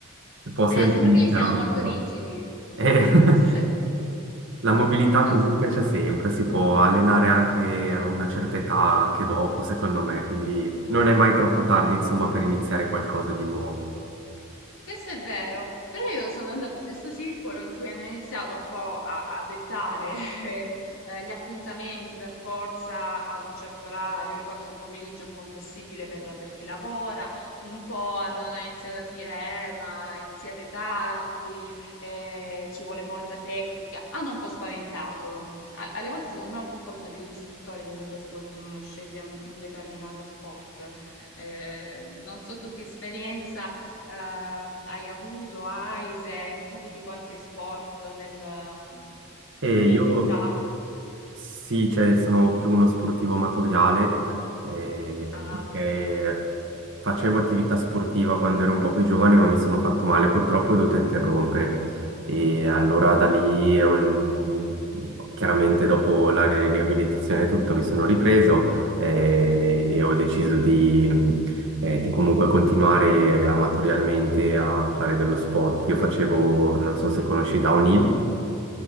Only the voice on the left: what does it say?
eh, sembra
che lì siano
molto
rigidi.
Non so
se,
non
so
Questo è vero, però io sono andata a questo circolo in cui hanno iniziato un po' a, a dettare <laughs> eh, eh, gli appuntamenti per forza ad un certo orario, alle 4 del pomeriggio, un po' impossibile per, per chi lavora, un po' hanno iniziato a dire eh, ma iniziate tardi, eh, ci vuole molta tecnica, hanno un po' spaventato. Al- Alle volte secondo me è un po' colpa degli istruttori comunque se qualcuno non sceglie un, un determinato sport. Eh, non so tu che esperienza ehm, hai avuto, hai, se pratichi qualche sport nel, mhmm,
nel
dettaglio.
Ah,
ok.